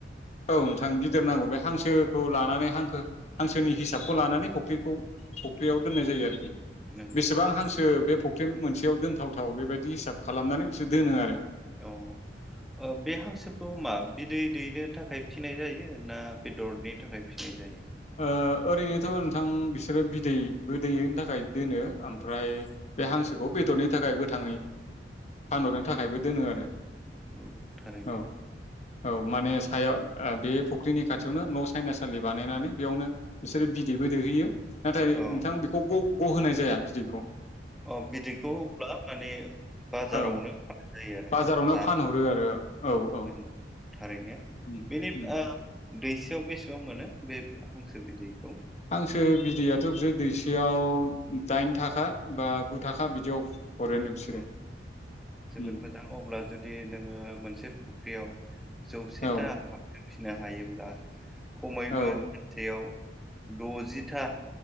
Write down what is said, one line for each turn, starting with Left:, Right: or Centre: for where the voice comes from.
Left: औ नोंथां गिदिर नांगौ बे हांसोखौ लानानै हांखो हांसोनि हिसाबखौ लानानै फख्रिखौ फुख्रियाव दोननाय जायो आरोखि
Centre: नंगौ
Left: बेसेबां हांसो बे फख फ्रेम मोनसेयाव दोनथावथाव बेबायदि हिसाब खालामनानै बिसोर दोनो आरो
Centre: अ ओ बे हांसोखौ मा बिदै दैनो थाखाय फिनाय जायो ना बेदरनि थाखाय फि फिनाय जायो
Left: ओ ओरैनोथ' नोंथां बिसोरो बिदैबो दैैहोनो थाखाय दोनो ओमफ्राय बे हांसोखौ बेदरनि थाखाय गोथाङै फानहरनो थाखायबो दोनो आरो
Centre: नंगौ थारैनो
Left: औ औ माने सायाव ओ बे फुख्रिनि खाथियावनो न' साइनास सालि बानायनानै बेयावनो बिसोरो बिदैबो दैहैयो नाथाय
Centre: औ
Left: नोंथां बेखौ ग गहोनाय जाया बिदैखौ
Centre: अ' बिदैखौ अब्ला लाबनानै बाजारावनो
Left: औ
Centre: फाननाय जायो आरो
Left: बाजारावनो
Centre: जानो
Left: फानहरो आरो औ औ
Centre: नों थारैनो
Left: उम
Centre: बेनि
Left: उम
Centre: ओ दैसेयाव बेसेबां मोनो बे हांसो बिदैखौ?
Left: हांसो बिदैयाथ' बिसोर दैसेयाव दाइन थाखा बा गु थाखा बिदियाव हरोनो बिसोरो
Centre: औ, जोबोद
Left: उम
Centre: मोजां अब्ला जुदि नोंङो मोनसे फुख्रियाव जौसेथा
Left: औ
Centre: हांसो फिसिनो हायोब्ला ख'मैबो
Left: औ
Centre: <inaudible> द'जि था